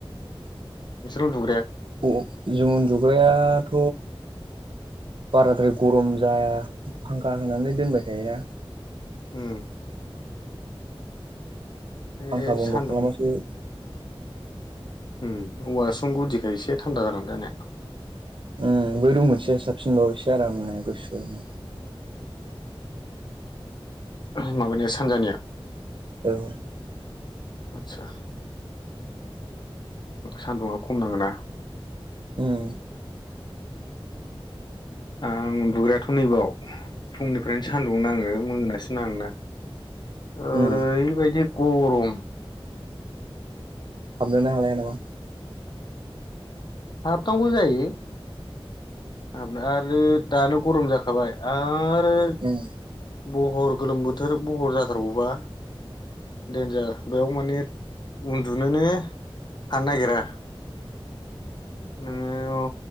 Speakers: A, on the left; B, on the right.
A: नोंसोर उन्दुग्राया।
B: ओ जों उन्दुग्रायाथ बाराद्राय गरम जाया फांखा होनानै दोनबाय थायोना।
A: उम
B: <inaudible> फांखा
A: ए
B: बन्द'
A: सान्दुं
B: खालामबासो
A: उम औवासुं गुदिखाय एसे थान्दा जागोन जानाया।
B: उम बै रुम मोनसेयानो साबसिनबाव इसो आरामनो <unintelligible>
A: ओम माबानि सानजानिया
B: औ
A: आच्छा, सान्दुुंआ खम नाङोना
B: उम
A: आं उन्दुग्रायाथ' नैबाव फुंनिफ्रायनो सानदुं नाङो मोनासिम नाङोना ओरैबायदि
B: उम
A: गरम
B: हाबनोनो हालाया नामा?
A: हाबनांगौ जायो हाबनो आरो दानो गरम जाखाबाय आर ओ
B: उम
A: बहर गोलोम बोथोर बहर जाथारबावबा देन्जार बेयाव माने उन्दुनोनो हानो नागिरा। नोङो